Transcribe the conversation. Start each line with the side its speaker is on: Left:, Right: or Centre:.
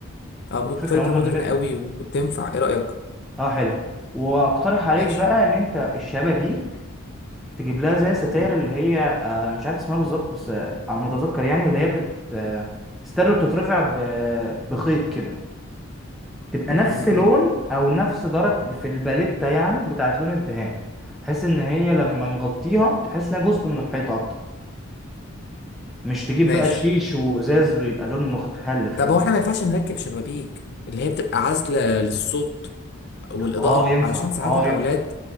Left: اه م-
Centre: فكرة
Left: فكره
Centre: مودرن
Left: مودرن
Centre: جدا
Left: قوي وتنفع ايه رايك
Centre: اه حلو واقترح عليك
Left: ماشي
Centre: بقى ان انت الشبابيك تجيب لها زي ستاير
Left: امم
Centre: اللي هي آه، انا مش عارف اسمها بالظبط بس آه، على ما اتذكر يعني اللي هي بت آه، ستاير اللي بتترفع ب- بخيط كده تبقى
Left: امم
Centre: نفس لون او نفس درجة في الباليتة يعني بتاعت لون الدهان بحيث ان هي لما نغطيها تحس انها جزء من الحيطة اكتر مش تجيب
Left: ماشي
Centre: بقى شيش وازاز ويبقى لون مختلف
Left: طب
Centre: كده
Left: هو احنا ما ينفعش نركب شبابيك اللي هي بتبقى عازله للصوت والاضاءه
Centre: اه ينفع
Left: علشان ساعات
Centre: اه
Left: الاولاد
Centre: ينفع